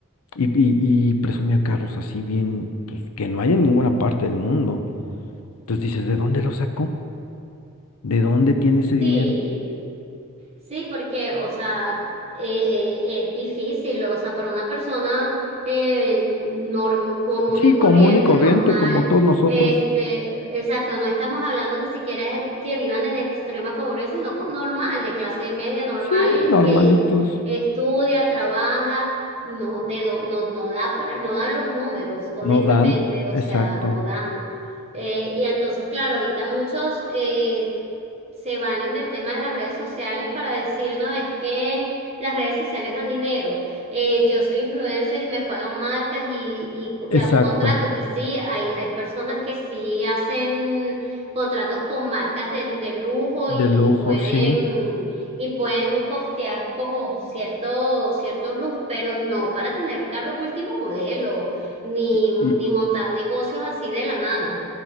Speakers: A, on the left (about 80°); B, on the right (about 30°).
A: Y, y, y presumía carros así bien, pues que no hay en ninguna parte del mundo. Entonces dices, ¿de dónde lo sacó? ¿De dónde tiene ese dinero?
B: Sí, Sí, porque, o sea, eh, eh, es difícil, o sea, para una persona eh, norm- común
A: Sí,
B: y
A: común
B: corriente,
A: y corriente,
B: normal,
A: como todos nosotros.
B: este, exacto, no estamos hablando ni siquiera que vivan en extrema pobreza, sino con normal, de clase media, normal,
A: Sí, normalitos.
B: que t- estudia, trabaja, no, de, do- no, no da para, no dan los números, honestamente,
A: No dan,
B: o
A: exacto,
B: sea, no dan. Eh, y entonces, claro, ahorita muchos eh, se valen del tema de las redes sociales para decir, no, es que las redes sociales dan dinero. Eh, yo soy influencer y me pagan marcas y, y-
A: exacto,
B: y hago contratos. Y sí, hay, hay personas que sí hacen contratos con marcas de, de lujo
A: de
B: y,
A: lujo,
B: y pueden,
A: sí.
B: y pueden costear como cierto, ciertos lujos, pero no para tener carros último modelo, ni,
A: Y, y-
B: ni montar negocios así de la nada.